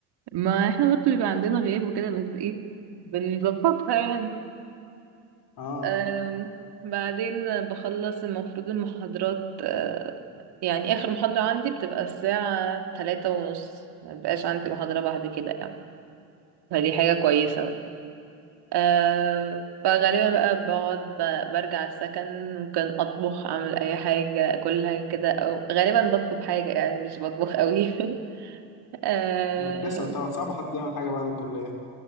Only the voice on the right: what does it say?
ما احنا برضه بيبقى عندنا غياب وكده بس ايه بنظبطها يعني
أم، بعدين بخلص المفروض المحاضرات أه، يعني آخر محاضرة عندي بتبقى الساعة تلاتة ونص ما بيبقاش عندي محاضرة بعد كده يعني فدي حاجة كويسة بقى. أه فغالبا بقى بقعد ب- برجع السكن ممكن أطبخ أعمل أي حاجة أكلها كده أو غالبا بطلب حاجة يعني مش بطبخ قوي <laughs> اه